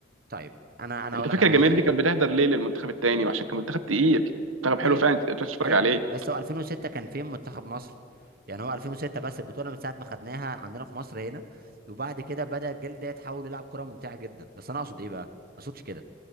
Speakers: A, on the right; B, on the right.
A: طيب انا انا
B: انت
A: هقول
B: فاكر
A: لك على
B: الجماهير
A: حاجه تانيه
B: دي كانت بتحضر ليه للمنتخب التاني عشان كان منتخب تقيل منتخب حلو
A: ايوه
B: فعلا تقدر تتفرج
A: ايوه
B: عليه
A: بس هو 2006 كان فين منتخب مصر يعني هو 2006 بس البطوله من ساعه ما خدناها عندنا في مصر هنا وبعد كده بدا الجيل ده يتحول يلعب كره ممتعه جدا بس انا اقصد ايه بقى ما اقصدش كده